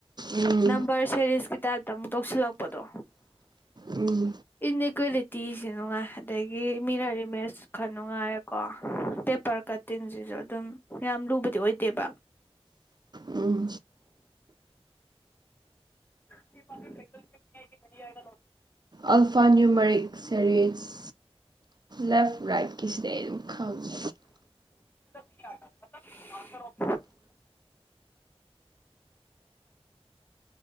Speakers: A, on the right (about 40°); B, on the left (about 20°).
A: ꯎꯝ
B: ꯅꯝꯕꯝꯕꯔ ꯁꯦꯔꯤꯁ ꯀꯗ ꯇ ꯑꯃꯨꯛ ꯇꯧꯁꯤꯜꯂꯛꯄꯗꯣ
A: ꯎꯝ
B: ꯏꯟꯅꯦꯛ ꯀꯂꯤ ꯇꯤꯁꯤ ꯅꯨꯡꯉꯥꯏ ꯑꯗꯒꯤ ꯃꯤꯅ ꯏꯃꯦꯖ ꯈꯔ ꯅꯨꯡꯉꯥꯏꯔꯦꯀꯣ ꯄꯦꯄꯔ ꯀꯠ ꯇꯤꯟꯁꯤꯁꯨ ꯑꯗꯨꯝ ꯌꯥꯝ ꯂꯨꯕꯗꯤ ꯑꯣꯏꯗꯦꯕ
A: ꯎꯝ
B: ꯄꯦꯡ ꯃꯅꯤꯒꯤ ꯃꯔꯤ ꯍꯥꯏꯒꯂꯣ
A: ꯑꯜꯐꯥ ꯅ꯭ꯌꯨꯃꯔꯤꯛ ꯁꯦꯔꯤꯁ ꯂꯦꯐ ꯔꯥꯏꯠꯀꯤꯁꯤꯗꯩ ꯑꯩ ꯑꯗꯨꯝ ꯈꯪꯉꯤ
B: ꯟꯔ